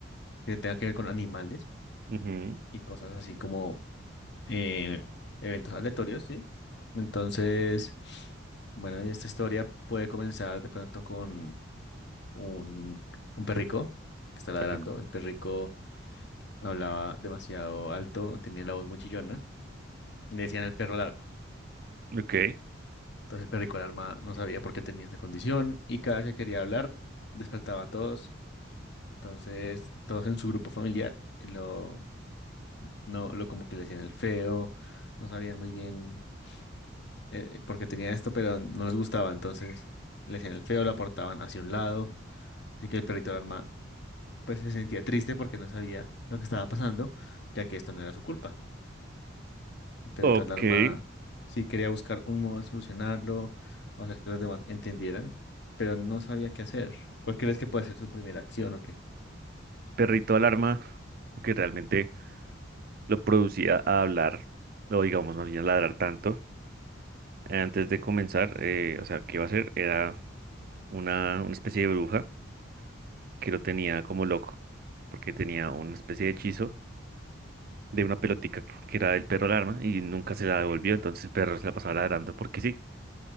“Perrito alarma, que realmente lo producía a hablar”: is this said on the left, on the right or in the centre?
Right